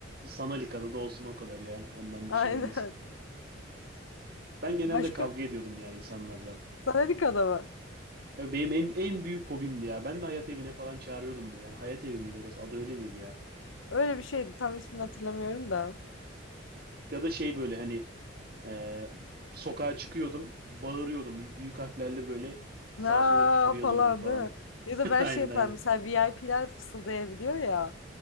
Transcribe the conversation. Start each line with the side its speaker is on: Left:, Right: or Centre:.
Right: Sanal da olsun o kadar ya. Ondan
Left: <laughs> Aynen.
Right: bir şey olmaz. Ben genelde
Left: Başka?
Right: kavga ediyordum ya insanlarla.
Left: Sanadika'da mı?
Right: Ya benim en, en büyük hobimdi ya. Ben de hayat evine falan çağırıyordum böyle. Yani hayat evi miydi orası? Adı öyle miydi ya?
Left: Öyle bir şeydi. Tam ismini hatırlamıyorum da.
Right: Ya da şey böyle hani e, sokağa çıkıyordum. Bağırıyordum. Büyük harflerle böyle sağa
Left: Na
Right: sola küfür yazıyordum
Left: falan
Right: falan.
Left: değil mi? Ya
Right: <laughs>
Left: da ben
Right: Aynen
Left: şey yaparım.
Right: aynen.
Left: Mesela VIP'ler fısıldayabiliyor ya.